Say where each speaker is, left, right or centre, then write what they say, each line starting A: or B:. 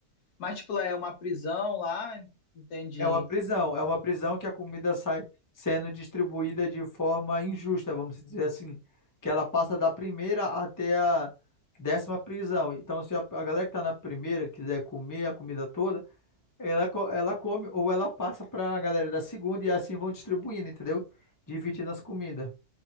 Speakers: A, on the left (about 80°); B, on the left (about 15°).
A: mas tipo, lá é uma prisão lá, entendi.
B: É uma prisão, é uma prisão que a comida sai sendo distribuída de forma injusta, vamos dizer assim, que ela passa da primeira até a décima prisão. Então, se a, a galera que tá na primeira quiser comer a comida toda, ela, co- ela come ou ela passa pra galera da segunda e assim vão distribuindo, entendeu? Dividindo as comidas.